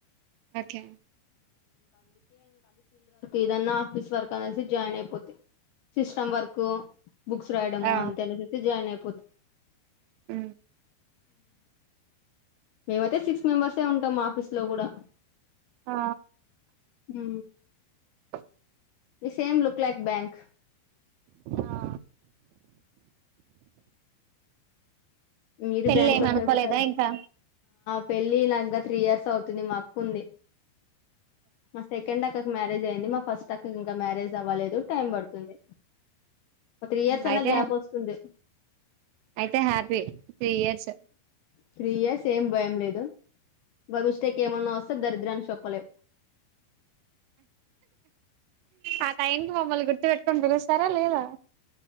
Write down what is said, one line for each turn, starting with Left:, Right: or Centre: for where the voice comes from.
Right: ఓకే
Left: ఏదన్నా ఆఫీస్ వర్క్ అనేసి జాయిన్ అయిపోతి సిస్టమ్ వర్క్ బుక్స్ రాయడము
Right: ఆ
Left: అంతేననేసి జాయిన్ అయి
Right: అ
Left: మేమైతే సిక్స్ మెంబర్సే ఉంటాం ఆఫీస్ లో కూడా
Right: ఆ
Left: హు
Right: అ
Left: ఈ సేమ్ లుక్ లైక్ బ్యాంక్
Right: ఆ
Left: మీరు
Right: పెళ్ళి
Left: బ్యాంక్
Right: ఏమి
Left: లో
Right: అనుకోలేదా
Left: చేస్తారు
Right: ఇంకా
Left: పెళ్ళి నాంగ త్రీ ఇయర్స్ అవుతుంది మా అక్కు ఉంది మా సెకండ్ అక్కకి మ్యారేజ్ అయింది మా ఫస్ట్ అక్కకు ఇంకా మ్యారేజ్ దవ్వలేదు టైం పడుతుంది ఒక త్రీ ఇయర్స్ అన్నా
Right: అయితే
Left: గ్యాప్ వస్తుంది
Right: అయితే హ్యాపీ త్రీ ఇయర్స్
Left: త్రీయర్స్ ఏం భయం లేదు బై మిస్టేక్ ఏమన్నాస్ దరిద్రాన్ని చెప్పలేం
Right: ఆ టైంకి మమ్మల్ని గుర్తు పెట్టుకొని పిలుస్తారా లేదా